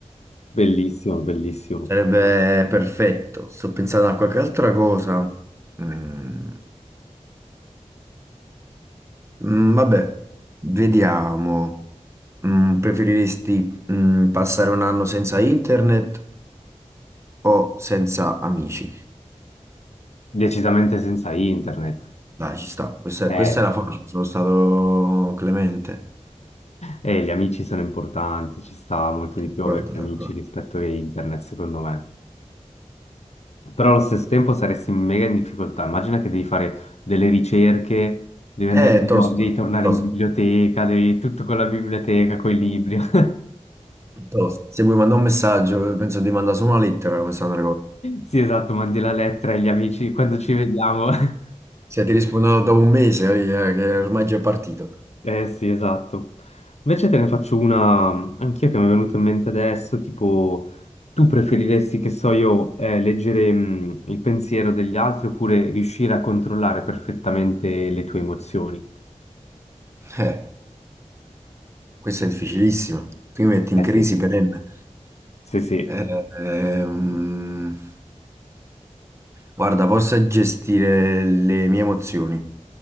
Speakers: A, on the left; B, on the right.
A: Bellissimo, bellissimo.
B: sarebbe perfetto. Sto pensando a qualche altra cosa. Mm, mm, vabbè, vediamo. Mm, preferiresti, mm, passare un anno senza internet? o senza amici.
A: Decisamente senza internet.
B: Dai, ci sta. Questa,
A: Eh,
B: questa era facile, sono stato clemente.
A: E gli amici sono importanti, ci sta molto
B: D'accordo,
A: di più avere gli
B: d'accordo.
A: amici rispetto a internet, secondo me. Però allo stesso tempo saresti mega in difficoltà. Immagina che devi fare delle ricerche, devi andare
B: Eh,
A: di
B: tosto,
A: nuovo, devi tornare
B: tosto,
A: in biblioteca, devi tutto con la biblioteca, con i libri. <laughs>
B: tosto. Se vuoi mandare un messaggio, penso di mandare solo una lettera, come stanno le cose.
A: Sì, esatto, mandi la lettera agli amici quando ci vediamo. <laughs>
B: Se ti rispondo dopo un mese, voglio dire che ormai già è partito.
A: Eh sì, esatto. Invece te ne faccio una mm, anch'io che mi è venuta in mente adesso, tipo, tu preferiresti, che so io, eh, leggere mm, il pensiero degli altri oppure riuscire a controllare perfettamente le tue emozioni?
B: Eh, questa è difficilissima. Tu mi metti in
A: Eh
B: crisi
A: sì.
B: perenne.
A: Sì, sì,
B: Eh, ehm, guarda, posso gestire le mie emozioni.